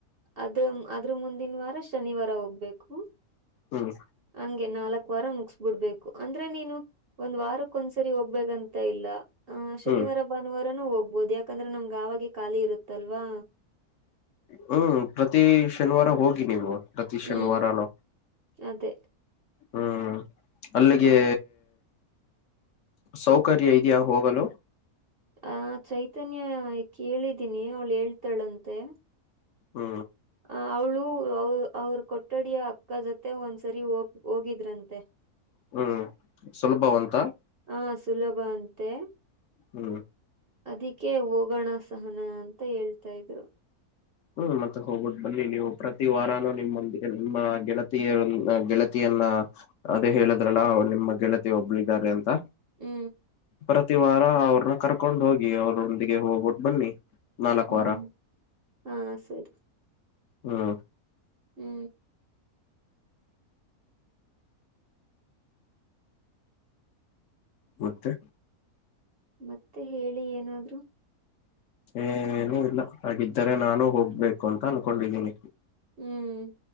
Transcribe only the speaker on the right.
ಅದ ಅದ್ರ ಮುಂದಿನ ವಾರ ಶನಿವಾರ ಹೋಗ್ಬೇಕು.
ಹಂಗೆ ನಾಲ್ಕ ವಾರ ಮುಗಸ್ಬಿಡ್ಬೇಕು ಅಂದ್ರೆ ನೀನು ಒಂದ ವಾರಕ್ಕ ಒಂದ್ಸರಿ ಹೋಗ್ಬೇಂತ ಇಲ್ಲ. ಆ ಶನಿವಾರ
ಭಾನುವಾರನು ಹೋಗ್ಬೋದು ಯಾಕಂದ್ರೆ ನಮ್ಗೆ ಅವಾಗೆ ಖಾಲಿ ಇರುತ್ತಲ್ವಾ.
ಹ್ಮ್
ಅದೇ
ಹ್ಮ್
ಆ ಚೈತನ್ಯ ಕೇಳಿದ್ದೀನಿ ಅವಳು ಹೇಳ್ತಾಳಂತೆ.
ಅ ಅವ್ಳು ಅವ ಅವ್ರ ಕೊಠಡಿಯ ಅಕ್ಕ ಜೊತೆ ಒಂದ್ಸರಿ ಹೋಗ ಹೋಗಿದ್ರಂತೆ.
ಹ ಸುಲಭ ಅಂತೆ
ಅದಕ್ಕೆ ಹೋಗೋಣ ಸಹನ ಅಂತ ಹೇಳ್ತಾ ಇದ್ರು.
ಹ್ಮ್
ಹ್ಮ
ಹ್ಮ
ಹಾ ಸರಿ.
ಹ್ಮ
ಮತ್ತೆ ಹೇಳಿ ಏನಾದ್ರು.
ಹ್ಮ್